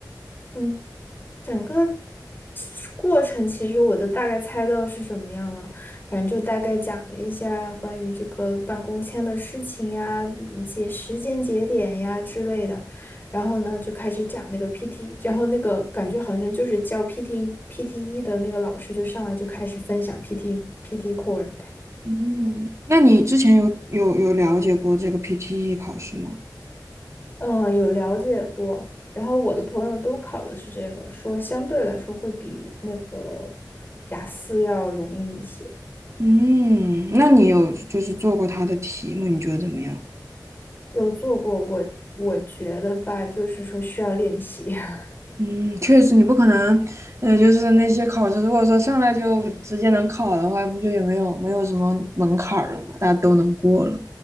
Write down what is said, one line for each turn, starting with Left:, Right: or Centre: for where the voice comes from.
Left: 嗯。整个过程其实我都大概猜到是什么样了，反正就大概讲了一下关于这个办公签的事情呀，一些时间节点呀之类的。然后呢，就开始讲那个 PT，然后那个感觉好像就是教 PT PTE 的那个老师就上来就开始分享 PT PT Core，
Right: 嗯，那你之前有有有了解过这个 PTE 考试吗？
Left: 嗯，呃有了解过。然后我的朋友都考的是这个，说相对来说会比那个雅思要容易一些。
Right: 嗯，那你有就是做过它的题吗？你觉得怎么样？
Left: 有做过，我我觉得吧，就是说需要练习。<laughs>
Right: 嗯，确实，你不可能，呃，就是那些考试，如果说上来就直接能考的话，不就也没有没有什么门槛儿了嘛，大家都能过了。